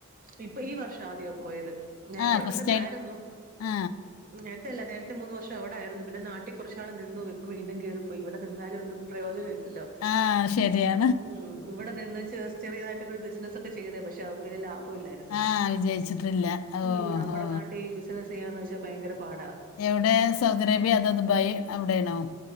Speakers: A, on the right (about 40°); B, on the left (about 70°).
A: ഇപ്പൊ ഈ വർഷ ആദ്യാപോയത് നേരത്തെ
B: ആ
A: ഇവിടെ
B: ഫസ്റ്റ്
A: തന്നെ
B: ആയിട്ട്
A: ആയിരുന്നു
B: ആ
A: നേരത്തെ അല്ല നേരത്തെ മൂന്ന് വർഷം അവിടെ ആരുന്നു പിന്നെ നാട്ടിൽ കുറച്ചാൾ നിന്നു ഇപ്പ വീണ്ടും കേറിപ്പോയി ഇവിടെ നിന്നാലു ഒന്നും പ്രയോജനമില്ലല്ലോ
B: ആഹ് അത് ശരിയാ...
A: ഉമ് ഇവിടെ നിന്ന് ചെ ചെറിയതായിട്ടൊക്ക ഒരു ബിസിനസ്സൊക്കെ ചെയ്തേ പക്ഷെ അതൊന്നും വലിയ ലാഭ ല്ലായിര്ന്നു
B: ആ വിജയിച്ചിട്ടില്ല ഓ
A: ഉം നമ്മുടെ
B: ഓ
A: നാട്ടി ഈ ബിസിനസ് ചെയ്യാന്ന് വെച്ചാ ഭയങ്കര പാടാ
B: എവിടെ സൗദി അറേബ്യ അതോ ദുബായ് അവിടെണോ